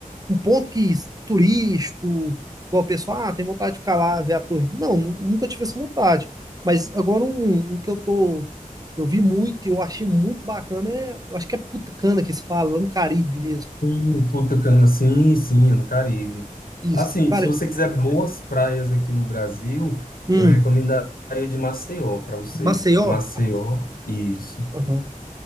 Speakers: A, on the right; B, on the left.
A: um ponto que turístico, igual o pessoal, ah, tem vontade de ficar lá, ver a torre. Não, nu- nunca tive essa vontade. Mas agora um, um que eu tô. Eu vi muito e eu achei muito bacana é. Eu acho que é Putacana que se fala, lá no Caribe mesmo.
B: Hum, Puta cana, sim, sim, é no Caribe.
A: Isso.
B: Assim,
A: Cara,
B: se você quiser boas praias aqui no Brasil,
A: hum,
B: eu recomendaria de Maceió para você.
A: Maceió.
B: Maceió, isso.
A: Uhum.